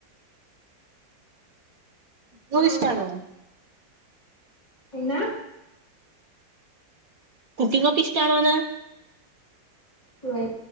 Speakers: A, on the right (about 50°); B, on the left (about 70°).
A: ഇങ്ങൾക്ക്
B: ആഹ്
A: ഇഷ്ടാണോ
B: പിന്നെ
A: കുക്കിംഗൊക്കെ ഇഷ്ടാണോന്ന്
B: <inaudible>